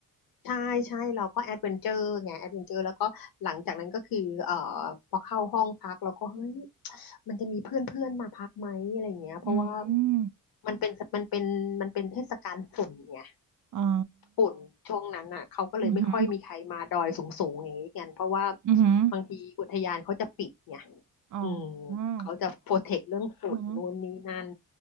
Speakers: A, on the left; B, on the right.
A: ใช่ใช่เราก็แอดเวนเจอร์ไงแอดเวนเจอร์แล้วก็หลังจากนั้นก็คือเอ่อพอเข้าห้องพักเราก็เฮ้ยมันจะมีเพื่อนเพื่อนมาพักไหมอะไรอย่างเงี้ยเพราะว่า
B: อืม
A: มันเป็นมันเป็นมันเป็นเทศกาลฝุ่นไง
B: อ๋อ
A: ฝุ่นช่วงนั้นอ่ะเขาก็เลยไม่ค่อยมีใครมาดอยสูงสูงอย่างนี้กันเพราะว่า
B: อือหือ อือหือ
A: บางทีอุทยานเขาจะปิดไง
B: อ๋อ
A: อืม
B: อืม
A: เขาจะโปรเทคเรื่องฝุ่นนู่นนี่นั่น
B: อือหือ